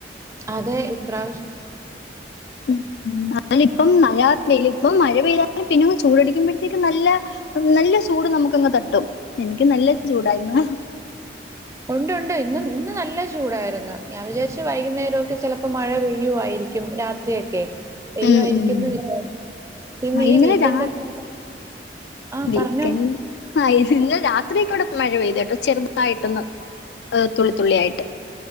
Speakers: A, on the right (about 15°); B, on the left (about 65°).
A: അതെ ഇപ്രാവശ്യം
B: ഉം ഉം അല്ല ഇപ്പം നല്ല വെയിൽ ഇപ്പം മഴ പെയ്താലും പിന്നങ് ചൂടടിക്കുമ്പോഴത്തേക്കും നല്ല നല്ല ചൂട് നമുക്കങ്ങ് തട്ടും എനിക്ക് നല്ല ചൂടാ ഇന്ന്
A: ഉണ്ട് ഉണ്ട് ഇന്ന് ഇന്ന് നല്ല ചൂടായിരുന്നു ഞാൻ വിചാരിച്ചു വൈകുന്നേരമൊക്കെ ചിലപ്പോ മഴ പെയ്യുവായിരിക്കും രാത്രിയൊക്കെ പെയ്യു
B: ഉം,
A: ആയിരിക്കു
B: ഉം.
A: വെന്ന് വിചാരിച്ച് പിന്നെ
B: ആ, ഇന്നലെ
A: ഈ വീക്കെൻഡ്
B: രാ
A: ഒക്കെ ആഹ്
B: വീക്കെൻഡ്
A: പറഞ്ഞോ
B: ആ ഇന്നലെ രാത്രിയൊക്കെ ഇവിടെ മഴ പെയ്ത് കേട്ടോ ചെറുതായിട്ടൊന്ന് തുള്ളി തുള്ളിയായിട്ട്